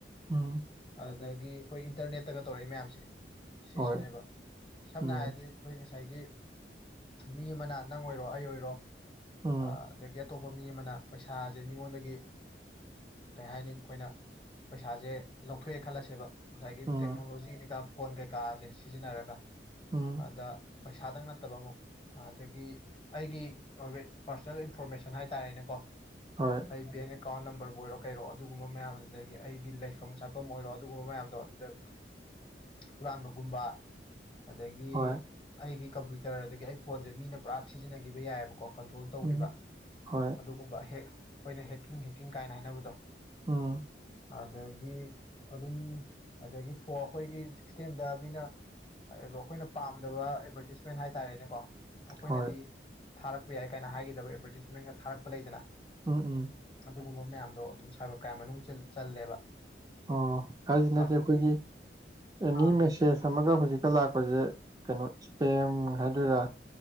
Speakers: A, on the right; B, on the left.
A: ꯎꯝ
B: ꯑꯗꯒꯤ ꯑꯩꯈꯣꯏ ꯏꯟꯇꯔꯅꯦꯠꯇꯒ ꯇꯧꯔꯛꯏ ꯃꯌꯥꯝꯁꯦ ꯁꯤꯁꯤꯅꯦꯕ
A: ꯍꯣꯏ
B: ꯁꯝꯅ
A: ꯎꯝ
B: ꯍꯥꯏꯔꯗꯤ ꯑꯩꯈꯣꯏ ꯉꯁꯥꯏꯒꯤ ꯃꯤ ꯑꯃꯅ ꯅꯪ ꯑꯣꯏꯔꯣ ꯑꯩ ꯑꯣꯏꯔꯣ
A: ꯎꯝ
B: ꯑꯗꯒꯤ ꯑꯇꯣꯞꯄ ꯃꯤ ꯑꯃꯅ ꯄꯩꯁꯥꯁꯦ ꯃꯤꯉꯣꯟꯗꯒꯤ ꯀꯩ ꯍꯥꯏꯅꯤ ꯑꯩꯈꯣꯏꯅ ꯄꯩꯁꯥꯥꯁꯦ ꯂꯧ ꯊꯣꯛꯑꯦ ꯈꯜꯂꯁꯦꯕ ꯉꯁꯥꯏꯒꯤ
A: ꯎꯝ
B: ꯇꯦꯛꯅꯣꯂꯣꯖꯤ ꯀꯩꯀꯥ ꯐꯣꯟ ꯀꯩꯀꯥꯁꯦ ꯁꯤꯖꯤꯟꯅꯔꯒ
A: ꯎꯝ
B: ꯑꯗ ꯄꯩꯁꯥꯗꯪ ꯅꯠꯇꯕ ꯑꯃꯨꯛ ꯑꯗꯒꯤ ꯑꯩꯒꯤ ꯄꯥꯔꯁꯣꯅꯦꯜ ꯏꯟꯐꯣꯔꯃꯦꯁꯟ ꯍꯥꯏꯇꯥꯔꯦꯅꯦꯀꯣ
A: ꯍꯣꯏ
B: ꯑꯩ ꯕꯦꯡ ꯑꯦꯀꯥꯎꯟ ꯅꯝꯕꯔꯕꯨ ꯑꯣꯏꯔꯣ ꯀꯩꯔꯣ ꯑꯗꯨꯒꯨꯝꯕ ꯃꯌꯥꯝ ꯑꯗꯨꯗꯒꯤ ꯑꯩꯒꯤ ꯂꯩꯐꯝ ꯆ ꯃꯐꯝ ꯑꯣꯏꯔꯣ ꯑꯗꯨꯒꯨꯝꯕ ꯃꯌꯥꯝꯗꯣ ꯑꯗꯨꯗ ꯍꯨꯔꯥꯟꯕꯒꯨꯝꯕ ꯑꯗꯒꯤ
A: ꯍꯣꯏ
B: ꯑꯩꯒꯤ ꯀꯝꯄ꯭ꯌꯨꯇꯔ ꯑꯗꯒꯤ ꯑꯩ ꯐꯣꯟꯁꯦ ꯃꯤꯅ ꯄꯨꯔꯥ ꯁꯤꯖꯤꯟꯅꯈꯤꯕ ꯌꯥꯏꯑꯕꯀꯣ ꯀꯟꯇ꯭ꯔꯣꯜ ꯇꯧꯈꯤꯕ
A: ꯎꯝ ꯍꯣꯏ
B: ꯑꯗꯨꯒꯨꯝꯕ ꯍꯦꯛ ꯑꯩꯈꯣꯏꯅ ꯍꯦꯛꯀꯤꯡ ꯍꯦꯛꯀꯤꯡ ꯀꯥꯏꯅ ꯍꯥꯏꯅꯕꯗꯣ
A: ꯑ
B: ꯑꯗꯒꯤ ꯑꯗꯨꯝ ꯑꯗꯒꯤ ꯐ ꯑꯩꯈꯣꯏꯒꯤ ꯁꯤꯛꯁꯇꯦꯝꯗ ꯃꯤꯅ ꯑꯩꯈꯣꯏꯅ ꯄꯥꯝꯗꯕ ꯑꯦꯗꯚꯔꯇꯤꯁꯃꯦꯟ ꯍꯥꯏꯇꯥꯔꯦꯅꯦꯀꯣ ꯑꯩꯈꯣꯏꯅꯗꯤ
A: ꯍꯣꯏ
B: ꯊꯥꯔꯛꯄ ꯌꯥꯏ ꯀꯥꯏꯅ ꯍꯥꯏꯒꯗꯕ ꯑꯦꯗꯚꯔꯇꯤꯁꯃꯦꯟꯒ ꯊꯥꯔꯛꯄ ꯂꯩꯗꯅ
A: ꯎꯝ ꯎꯝ
B: ꯑꯗꯨꯒꯨꯝꯕ ꯃꯌꯥꯝꯗꯣ ꯑꯗꯨꯝ ꯁꯥꯏꯕꯔ ꯀ꯭ꯔꯥꯏꯝ ꯃꯅꯨꯡ ꯆꯜꯂꯦꯕ
A: ꯑꯣ ꯍꯥꯏꯁꯤꯅꯗꯤꯦ
B: ꯁꯥꯊꯤ
A: ꯑꯩꯈꯣꯏꯒꯤ ꯑꯦꯅꯤ
B: ꯑꯥ
A: ꯃꯦꯁꯦꯖ ꯁꯝꯃꯒ ꯍꯧꯖꯤꯛꯀ ꯂꯥꯛꯄꯁꯦ ꯀꯩꯅꯣ ꯏꯁꯄꯦꯝ ꯍꯥꯏꯗꯣꯏꯔꯥ